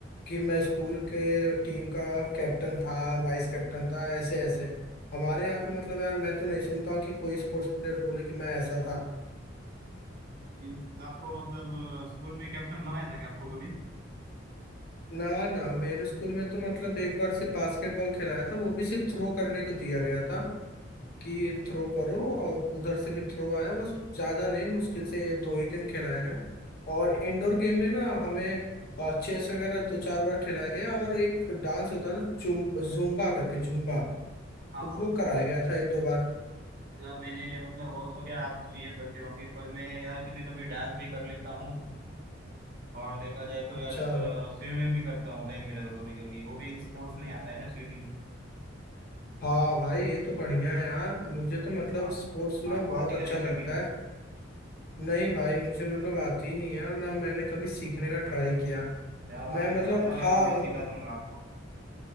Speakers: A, on the left; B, on the right.
A: कि मैं स्कूल के टीम का कैप्टन था वाइस कैप्टन था ऐसे ऐसे हमारे यहाँ तो मतलब यार मैं तो नहीं सुनता हूँ कि कोई स्पोर्ट्स प्लेयर बोले कि मैं ऐसा था
B: ये आपको मतलब स्कूल में कैप्टन बनाया था क्या आपको कभी
A: ना ना मेरे स्कूल में तो मतलब एक बार सिर्फ बास्केटबॉल खिलाया था वो भी सिर्फ थ्रो करने को दिया गया था कि थ्रो करो और उधर से भी थ्रो आया बस ज्यादा नहीं मुश्किल से ये दो ही दिन खिलाया गया और इंडोर गेम में ना हमें चेस वगैरह दो चार बार खिलाया गया और एक डांस होता था जुम जुम्बा करके जुम्बा
B: हाँ
A: तो
B: हाँ
A: वो कराया गया था एक दो बार
B: यार मैंने मतलब हो तो क्या आप तो ये करते होंगे पर मैं यार कभी कभी डांस भी कर लेता हूँ और देखा जाए तो
A: अच्छा
B: यार स्विमिंग भी करता हूँ टाइम मिला तो कभी कभी वो भी एक स्पोर्ट्स में आता है ना स्विमिंग
A: हाँ भाई ये तो बढ़िया है यार मुझे तो मतलब
B: आप
A: स्पोर्ट्स ना
B: आपको
A: बहुत
B: आती
A: अच्छा
B: क्या नहीं स्विमिंग
A: लगता है नहीं भाई मुझे मतलब आती ही नहीं है और ना मैंने कभी सीखने का ट्राई किया
B: यार
A: मैं
B: आप इधर
A: मतलब
B: आ जाओ
A: हाँ
B: यार मैं सिखा दूंगा आपको